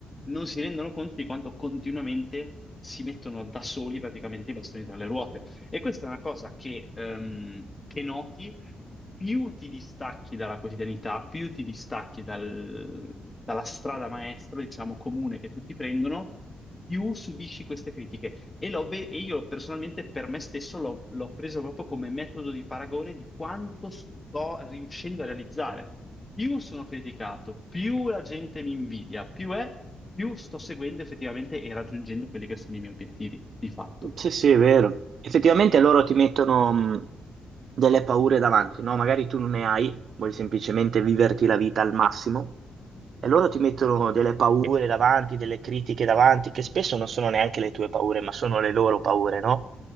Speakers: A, on the left (about 25°); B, on the right (about 65°).
A: non si rendono conto di quanto continuamente si mettono da soli praticamente i bastoni tra le ruote. E questa è una cosa che, ehm, che noti più ti distacchi dalla quotidianità, più ti distacchi dal- dalla strada maestra, diciamo, comune che tutti prendono, più subisci queste critiche. E, l'ho ve- e io personalmente per me stesso l'ho l'ho preso proprio come metodo di paragone di quanto sto riuscendo a realizzare. Più sono criticato, più la gente mi invidia, più è, più sto seguendo effettivamente e raggiungendo quelli che sono i miei obiettivi, di fatto,
B: Sì, sì, è vero. Effettivamente loro ti mettono mh, delle paure davanti, no? Magari tu non ne hai, vuoi semplicemente viverti la vita al massimo E loro ti mettono delle paure davanti, delle critiche davanti, che spesso non sono neanche le tue paure, ma sono le loro paure, no?